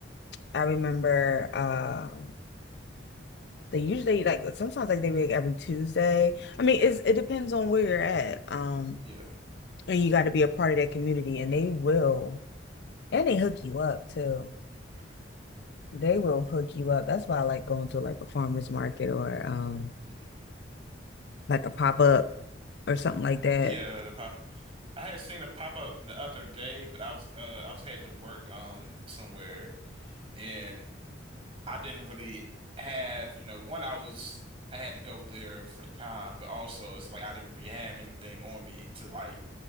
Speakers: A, on the left (about 55°); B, on the right (about 30°).
A: I remember um they usually like sometimes like they make every Tuesday. I mean,
B: Yeah.
A: it's it depends on where you're at. Um,
B: Yeah.
A: and you got to be a part of that community and they will and they hook you up too.
B: Okay.
A: They will hook you up. That's why I like going to like a farmer's market or um
B: Mm.
A: like a pop-up or something like that.
B: Yeah, the pop. I had seen a pop up the other day, but I was uh I was heading to work um somewhere. and. I didn't really have, you know, one, I was, I had to go there for the time, but also it's like I didn't really have anything on me to like